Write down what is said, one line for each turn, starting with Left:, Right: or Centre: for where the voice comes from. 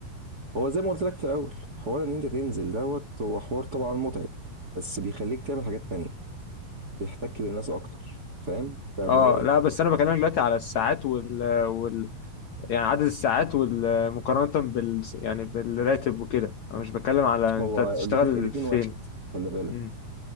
Right: هو زي ما قلت لك في الاول حوار ان انت تنزل دوت هو حوار طبعا متعب بس بيخليك تعمل حاجات تانية تحتك بالناس اكتر أنت فاهم ده
Left: اه
Right: من رايي
Left: لا بس انا بكلمك دلوقتي على الساعات وال, وال... يعني عدد الساعات وال... مقارنة بال يعني بالراتب وكده انا مش بتكلم على
Right: هو
Left: انت تشتغل
Right: الاثنين الاثنين
Left: فين
Right: واحد خلي بالك
Left: مم.